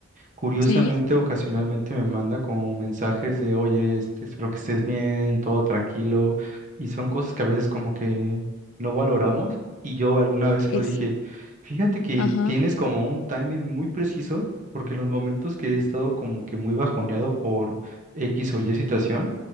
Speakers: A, on the right; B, on the left.
A: Curiosamente,
B: Sí,
A: ocasionalmente me manda como mensajes de, oye, este, espero que estés bien, todo tranquilo, y son cosas que a veces como que no valoramos, y yo alguna vez se
B: esa
A: lo dije, fíjate que
B: ajá,
A: tienes como un timing muy preciso, porque en los momentos que he estado como que muy bajoneado por X o Y situación,